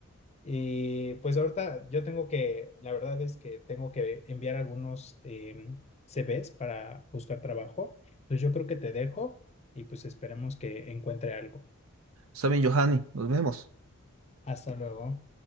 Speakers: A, on the left; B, on the right.
A: Y pues ahorita yo tengo que, la verdad es que tengo que enviar algunos eh, CVs para buscar trabajo. Entonces yo creo que te dejo y pues esperemos que encuentre algo.
B: Está bien, Johanny, nos vemos.
A: Hasta luego.